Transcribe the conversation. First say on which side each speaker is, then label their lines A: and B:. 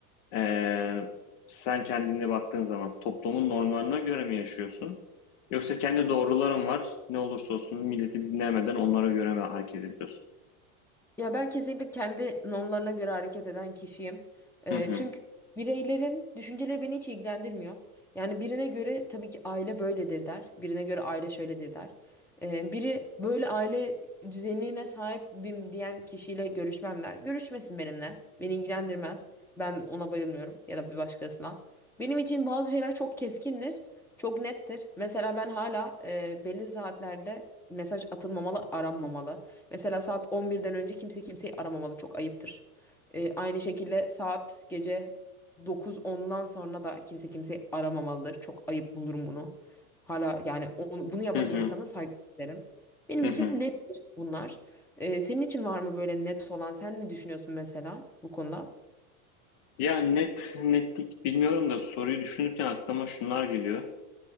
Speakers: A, on the left; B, in the centre.
A: Ee, sen kendine baktığın zaman toplumun normlarına göre mi yaşıyorsun? Yoksa kendi doğruların var. Ne olursa olsun milleti dinlemeden onlara göre mi hareket ediyorsun?
B: Ya ben kesinlikle kendi normlarına göre hareket eden kişiyim. Eee,
A: Hı hı.
B: çünkü bireylerin düşünceleri beni hiç ilgilendirmiyor. Yani birine göre tabii ki aile böyledir der. Birine göre aile şöyledir der. Eee, biri böyle aile düzenine sahibim diyen kişiyle görüşmem der. Görüşmesin benimle. Beni ilgilendirmez. Ben ona bayılmıyorum ya da bir başkasına. Benim için bazı şeyler çok keskindir. Çok nettir. Mesela ben hala eee, belli saatlerde mesaj atılmamalı, aranmamalı. Mesela saat 11'den önce kimse kimseyi aramamalı. Çok ayıptır. Ee, aynı şekilde saat gece 9-10'dan sonra da kimse kimseyi aramamalıdır. Çok ayıp bulurum bunu. Hala yani onu- bunu yapan
A: Hı hı.
B: insana saygı derim. Benim
A: Hı
B: için
A: hı.
B: nettir bunlar. Ee, senin için var mı böyle net olan? Sen ne düşünüyorsun mesela bu konuda?
A: Ya net netlik bilmiyorum da soruyu düşünürken aklıma şunlar geliyor.